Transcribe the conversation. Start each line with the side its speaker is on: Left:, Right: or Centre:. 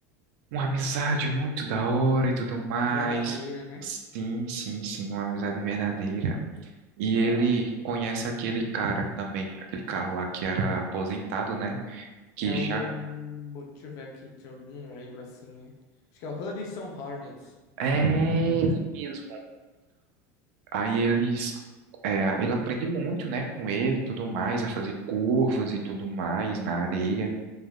Right: uma amizade muito da hora e tudo mais.
Left: E verdadeira, né?
Right: Sim, sim, sim, uma amizade verdadeira. E
Left: Que
Right: ele
Left: da hora.
Right: conhece aquele cara também, aquele cara lá que era aposentado, né? que
Left: É o.
Right: já
Left: Deixa eu ver aqui, deixa eu... não lembro assim. é. Acho que é o Hudson Hornets.
Right: é ele mesmo. Aí eles, é, ele aprende muito, né, com ele e tudo mais, a fazer curvas e tudo mais na areia.